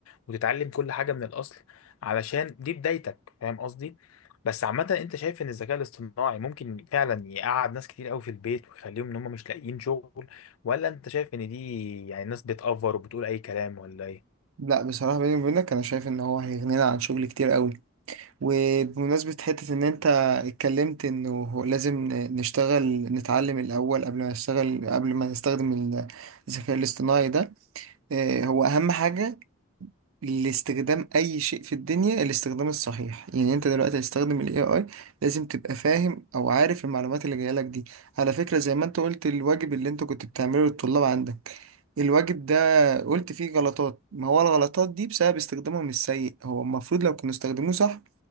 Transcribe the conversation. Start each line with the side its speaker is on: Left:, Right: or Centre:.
Left: وتتعلم كل حاجه من الاصل علشان دي بدايتك فاهم قصدي بس عامة انت شايف ان الذكاء الاصطناعي ممكن فعلا يقعد ناس كتير قوي في البيت ويخليهم ان هم مش لاقيين شغل ولا انت شايف ان دي يعني ناس بتأفر وبتقول اي كلام ولا ايه
Right: لا بصراحة بيني وبينك أنا شايف إن هو هيغنينا عن شغل كتير قوي وبمناسبة حتة إن أنت اتكلمت إنه هو لازم ن- نشتغل نتعلم الأول قبل ما نشتغل قبل ما نستخدم ال- الذكاء الاصطناعي ده آه، هو أهم حاجة لاستخدام أي شيء في الدنيا الاستخدام الصحيح يعني أنت دلوقتي هتستخدم ال AI لازم تبقى فاهم أو عارف المعلومات اللي جاية لك دي على فكرة زي ما أنت قلت الواجب اللي أنت كنت بتعمله للطلاب عندك الواجب ده قلت فيه غلطات ما هو الغلطات دي بسبب استخدامهم السيء هو المفروض لو كانوا استخدموه صح